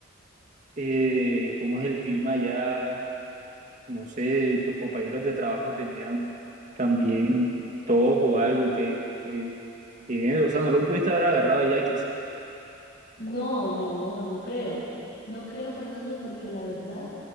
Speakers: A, on the right; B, on the left.
A: eh, ¿cómo es el clima allá? No sé, tus compañeros de trabajo tenían también tos o algo que, que, que, o sea, no lo pudiste haber agarrado ya quizás.
B: No, no, no creo. No creo, Fernando, porque la verdad...